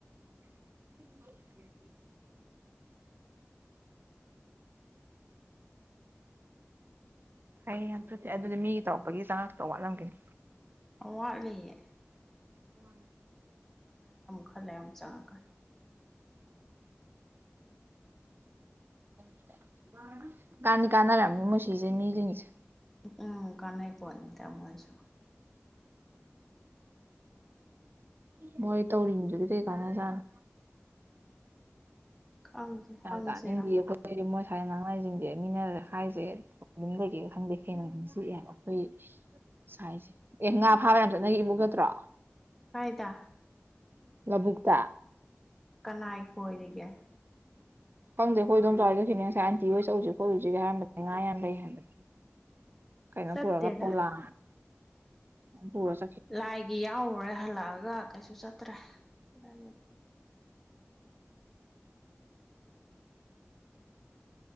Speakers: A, on the right; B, in the centre.
A: <inaudible> ꯍꯩꯌꯦ ꯌꯥꯝ ꯊꯨꯗꯦ ꯑꯗꯨꯗꯤ ꯃꯤ ꯇꯧꯔꯛꯄꯒꯤ ꯆꯉꯥꯛꯇ ꯋꯥꯠꯂꯝꯒꯅꯤ
B: ꯋꯥꯠꯂꯤꯌꯦ
A: ꯎꯝꯝ
B: ꯈꯜꯂ ꯑꯃ ꯆꯪꯉꯀꯥꯟ
A: <inaudible> ꯀꯥꯟꯅꯤ ꯀꯥꯟꯅꯔꯝꯃꯤ ꯃꯨꯁꯤꯁꯦ ꯃꯤꯁꯤꯡꯁꯦ
B: ꯎꯝ ꯀꯅꯥꯩ ꯄꯣꯅꯤꯗꯃꯁꯨ
A: ꯃꯣꯏ ꯇꯧꯔꯤꯅꯤꯗꯨꯗꯤ ꯀꯩ ꯀꯥꯟꯅ ꯆꯥꯅ
B: ꯈꯪꯗꯦ ꯍꯪꯁꯤꯔꯥ
A: ꯑ ꯇꯥꯅꯤꯗꯤ ꯉꯥꯏ ꯅꯥꯡ ꯂꯥꯏꯖꯁꯤꯡꯁꯦ ꯃꯤꯅ ꯍꯥꯏꯁꯦ ꯌꯝꯒꯦ ꯈꯪꯗꯦ ꯍꯦꯟꯅ ꯁꯤꯛꯑꯦꯕ ꯑꯩꯈꯣꯏ ꯁꯥꯏꯁꯦ ꯑꯦ ꯉꯥ ꯐꯥꯕ ꯌꯥꯝ ꯆꯠꯅꯒ ꯏꯃꯨꯒꯠꯇ꯭ꯔꯣ
B: ꯐꯥꯏꯗ
A: ꯂꯕꯨꯛꯇ
B: ꯀꯅꯥꯏ ꯀꯣꯏꯔꯤꯒꯦ
A: ꯈꯪꯗꯦ ꯑꯩꯈꯣꯏꯗꯣꯝ ꯆꯥꯎꯔꯏꯗꯈꯤꯅꯦ ꯉꯁꯥꯏ ꯑꯟꯇꯤ ꯍꯣꯏ ꯆꯠꯎꯁꯤ ꯈꯣꯣꯏ ꯍꯧꯁꯤꯒꯦ ꯍꯥꯏꯔꯝꯕꯅꯦ ꯉꯥ ꯌꯥꯝ ꯂꯩ ꯍꯥꯏꯕꯅꯤ ꯀꯩꯅꯣ
B: ꯆꯠꯇꯦꯗ
A: ꯄꯨꯔꯒ ꯄꯣꯂꯛ ꯄꯨꯔꯁꯤ
B: ꯂꯥꯏꯒꯤ ꯌꯥꯎꯔꯨꯔꯦ ꯍꯜꯂꯛꯑꯒ ꯀꯩꯁꯨ ꯆꯠꯇ꯭ꯔꯦ ꯂꯥꯏ ꯑꯗꯨꯝ
A: <inaudible> <inaudible>